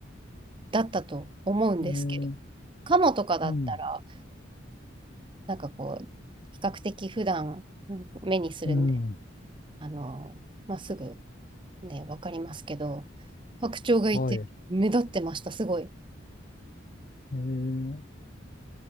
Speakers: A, on the right; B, on the left.
A: だったと思うんですけど、
B: えー、
A: カモとかだったら、
B: うん。
A: なんかこう、比較的普段うん目にするんで、
B: うん。
A: あの、まあ、すぐね、わかりますけど、白鳥がいて目立ってました、
B: はい。え
A: すごい。
B: ー、う